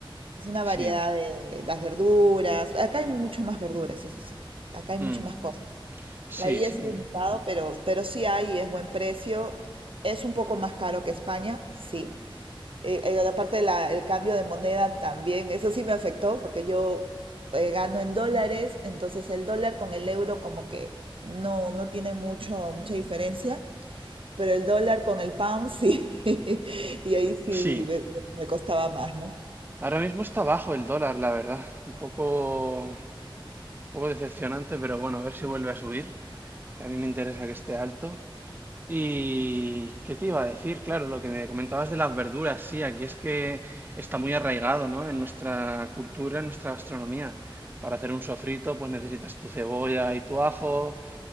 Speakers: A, on the right; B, on the right.
A: Es una
B: Sí.
A: variedad de las verduras. Acá hay mucho más verduras, eso sí. Acá hay mucho
B: mm,
A: más cosas.
B: Sí,
A: Ahí
B: sí.
A: es limitado, pero, pero sí hay, es buen precio. Es un poco más caro que España, sí. Eh, eh, aparte del cambio de moneda también, eso sí me afectó porque yo eh, gano en dólares, entonces el dólar con el euro como que no, no tiene mucho, mucha diferencia, pero el dólar con el pound sí, <laughs> y ahí sí
B: Sí.
A: me, me costaba más, ¿no?
B: Ahora mismo está bajo el dólar, la verdad. Un poco, un poco decepcionante, pero bueno, a ver si vuelve a subir, que a mí me interesa que esté alto. ¿Y qué te iba a decir? Claro, lo que me comentabas de las verduras, sí, aquí es que está muy arraigado, ¿no? En nuestra cultura, en nuestra gastronomía. Para hacer un sofrito, pues necesitas tu cebolla y tu ajo,